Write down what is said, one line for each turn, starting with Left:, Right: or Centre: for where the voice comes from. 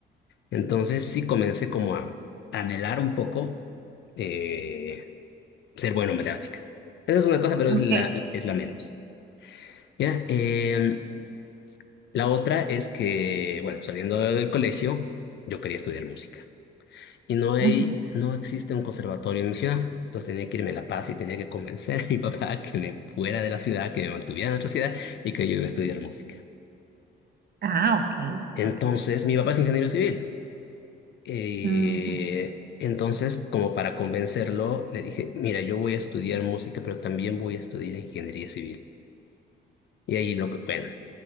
Left: Entonces sí comencé como a anhelar un poco eh, ser bueno en matemáticas. Esa es una cosa, pero
Right: Ok.
Left: es la, es la menos. ¿Ya? Eh, la otra es que, bueno, saliendo del colegio, yo quería estudiar música. Y no hay,
Right: ujú.
Left: no existe un conservatorio en mi ciudad. Entonces tenía que irme a La Paz y tenía que convencer a mi papá que me fuera de la ciudad, que me mantuviera en otra ciudad y que yo iba a estudiar música.
Right: Ah, ok.
Left: Entonces,
Right: Ok.
Left: mi papá es ingeniero civil. Eh,
Right: ujú,
Left: entonces, como para convencerlo, le dije, mira, yo voy a estudiar música, pero también voy a estudiar ingeniería civil. Y ahí lo, bueno,